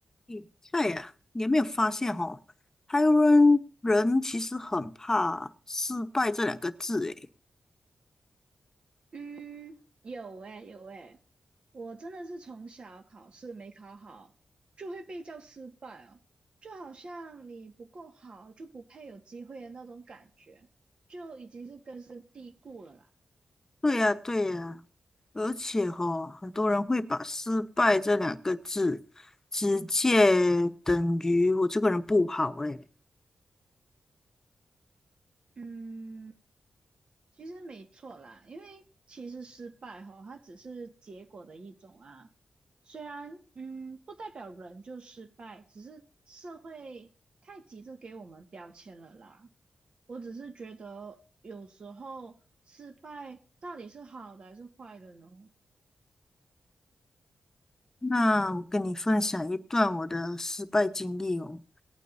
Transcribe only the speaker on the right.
嗯，有诶，有诶，我真的是从小考试没考好，就会被叫失败哦，就好像你不够好就不配有机会的那种感觉，就已经是根深蒂固了啦。
嗯，其实没错啦，因为其实失败吼，它只是结果的一种啊，虽然嗯不代表人就失败，只是社会太急着给我们标签了啦。我只是觉得有时候失败到底是好的还是坏的呢？